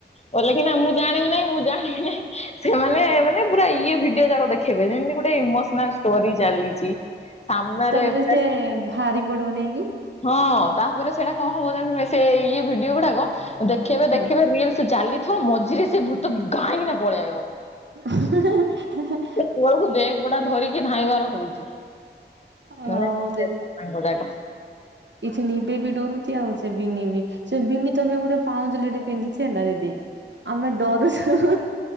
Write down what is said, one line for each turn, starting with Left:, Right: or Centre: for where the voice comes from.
Left: କଲେ କିନା ମୁଁ ଜାଣିବି ନାହିଁ ମୁଁ ଜାଣିବି ନାହିଁ ସେମାନେ ମାନେ ପୁରା ଇଏ ଭିଡିଓ ଯାକ ଦେଖେଇବେ ଯେମିତି ଗୋଟେ ଇମୋସନ ସନାଲ୍ ଷ୍ଟୋରି ଚାଲିଛି। ସାମ୍ନାରେ
Right: ତାପରେ
Left: ପୁରା
Right: ସେ ଭାରି ପଡିବ ନେଇକି।
Left: ହଁ ତାପରେ ସେଇଟା କଣ ହବ ସେ ଇଏ ଭିଡିଓ ଗୁଡାକ ଦେଖେଇ
Right: ହଁ
Left: ଦେଖେଇ ରିଲ ସେ ଚାଲିଥିବ ମଝିରେ ସେ ଭୂତ ଗାଇଁକିନା ପଳେଇ ଆଇବ।
Right: ହେଁ ହେଁ ହେଁ।
Left: ତଳକୁ ବେଗ୍ ଗୋଟା ଧରିକି ଧାଇଁବାର ହଉଛି।
Right: ହଁ
Left: ସାଙ୍ଗ
Right: ଯେ
Left: ଯାକ
Right: କିଛି ନିବ ବି ଡରୁଛି ଆଉ ସେ ବି ନ ବି ସେ ବିନ ତ ଏବେ ଗୋଟେ ପାଉଁଜଲି ଗୋଟେ ପିନ୍ଧିଛି ହେଲା ଦିଦି। ଆମେ ଡରୁଛୁ